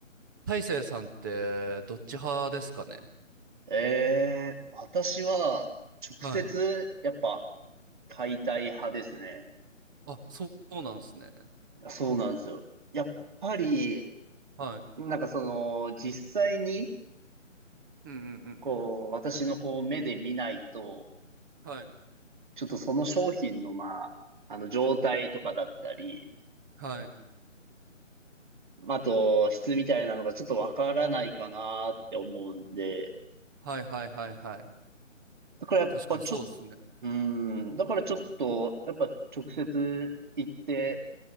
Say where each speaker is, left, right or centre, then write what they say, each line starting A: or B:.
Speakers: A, on the right; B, on the right.
A: 大成さんって、どっち派ですかね
B: えー、私は、直接、
A: はい。
B: やっぱ、解体派ですね。
A: あ、そうそうなんですね。
B: いやそうなんですよ。やっぱり、
A: はい。
B: なんかその、実際に、
A: うんうんうん。
B: こう、私のこう、目で見ないと、
A: はい。
B: ちょっとその商品の、まあ、あの、状態とかだったり、
A: はい
B: まああと、質みたいなのがちょっとわからないかなって思うんで、
A: はいはいはいはい。
B: だからやっぱちょっ、
A: 確かにそうですね。
B: うーん、だからちょっと、やっぱ直接行って